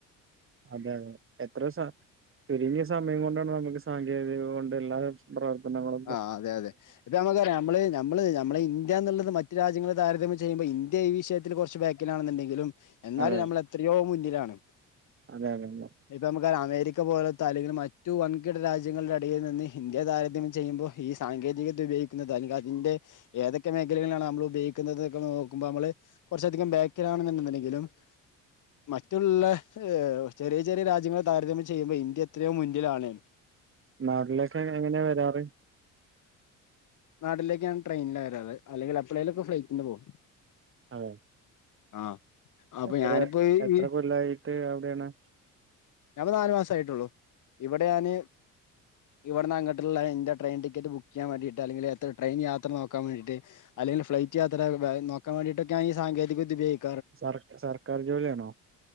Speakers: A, on the right; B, on the left.
A: അതെ അതെ എത്രോസ ചുരുങ്ങിയ സമയം കൊണ്ടാണ് നമുക്ക് സാങ്കേതികകൊണ്ട് എല്ലാ പ്രാർത്ഥനകളും
B: ആഹ് അതെ അതെ ഇത് <unintelligible> നമ്മള്ന നമ്മള് നമ്മളെ ഇന്ത്യ എന്നുള്ളത് മറ്റു രാജ്യങ്ങളെ താരതമ്യം ചെയ്യുമ്പോ ഇന്ത്യ ഈ വിഷയത്തിൽ കുറച്ച് ബാക്കിനാണെന്നുണ്ടെങ്കിലും എന്നാലും
A: അതെ
B: നമ്മൾ എത്രയോ മുന്നിലാണ്.
A: അതെ അതെ അതെ.
B: ഇപ്പ നമുക്കറിയ അമേരിക്ക പോലത ആണ റ്റു വൻകിട രാജ്യങ്ങളുടെ ഇടയിൽ നിന്ന് ഇന്ത്യ താരത്തിന് ചെയ്യുമ്പോൾ ഈ സാങ്കേതികത ഉപയോഗിക്കുന്നത് അനുരാജിന്റെ ഏതൊക്കെ മേഖലകളാണ് നമ്മള് ഉപയോഗിക്കുന്നത്തൊക്കെ നോക്കുമ്പോൾ നമ്മള് കൊറച്ചധികം ബേക്കിലണന്ന്ണ്ടെങ്കിലും മറ്റുള്ള ഏ ചെറിയ ചെറിയ രാജ്യങ്ങളൾ താരതമ്യം ചെയ്യുമ്പോ ഇന്ത്യ എത്രയോ മുന്നിലാണ്.
A: നാട്ടിലേക്ക് എങ്ങനെ വരാറ്.
B: നാടിലേക്കാണ് ട്രെയിനിലാ വരാറ് അല്ലെങ്കിൽ അപ്പളേയിലൊക്കെ ഫ്ലൈറ്റിന് പോവും.
A: അതെ
B: ആഹ് അപ്പൊ
A: എത്ര
B: ഞാനിപ്പോ
A: എത്ര
B: ഈ
A: കൊല്ലായിട്ട് അവിടെയാണ്.
B: ഞാപ്പോ നാല് മാസ ആയിട്ടുള്ളു. ഇവിടെ ഞാന് ഇവിടന്ന് അങ്ങട്ടുള്ള എന്റെ ട്രെയി ടിക്കറ്റ് ബുക്ക് ചെയ്യാൻ വേണ്ടിട്ട്ല്ലെങ്കിൽ ടെയിൻയാത്ര നോക്കാൻ വേണ്ടിയിട്ട് അല്ലെങ്കിലും ഫ്ലറ്റ് യാത്ര നോക്കാൻ വേണ്ടിട്ടൊക്കെ ഈ സാങ്കേതികവിദ്യ ഉപയോഗി
A: സർ സർക്കാർ ജോലിയാണോ?